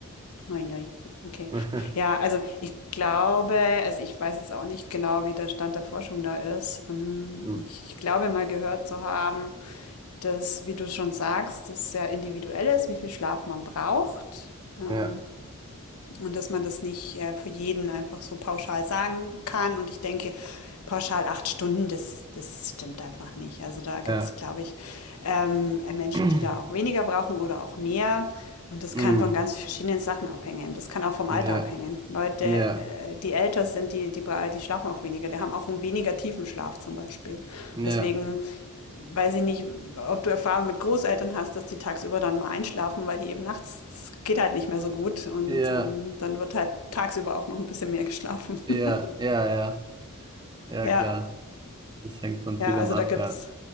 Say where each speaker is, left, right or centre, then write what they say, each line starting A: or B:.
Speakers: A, on the left; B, on the right.
A: Ui, okay.
B: ja.
A: Ja, also, ich glaube also, ich weiß jetzt auch nicht genau, wie der Stand der Forschung da ist. Ähm,
B: <laughs>
A: ich glaube mal gehört zu haben, dass, wie du schon sagst, das sehr individuell ist, wie viel Schlaf man braucht. Ähm
B: Ja,
A: Und dass man das nicht äh, für jeden einfach so pauschal sagen kann. Und ich denke, pauschal acht Stunden, das, das stimmt einfach nicht. Also da gibt's,
B: ja.
A: glaube ich, ähm, Menschen,
B: <clears throat>
A: die da auch weniger brauchen oder auch mehr. Und das
B: Mm,
A: kann von ganz verschiedenen Sachen abhängen. Das kann auch vom
B: ja,
A: Alter abhängen. Leute,
B: ja,
A: äh, die älter sind, die, die, die schlafen auch weniger. Die haben auch einen weniger tiefen Schlaf zum Beispiel.
B: ja,
A: Deswegen weiß ich nicht, ob du Erfahrung mit Großeltern hast, dass die tagsüber dann mal einschlafen, weil die eben nachts, das geht halt nicht mehr so gut. Und
B: ja,
A: ähm, dann wird halt tagsüber auch noch ein bisschen mehr geschlafen.
B: ja,
A: <laughs>
B: ja, ja, ja,
A: Ja,
B: klar. Das hängt von
A: ja,
B: vielem
A: also
B: ab,
A: da gibt's,
B: ja.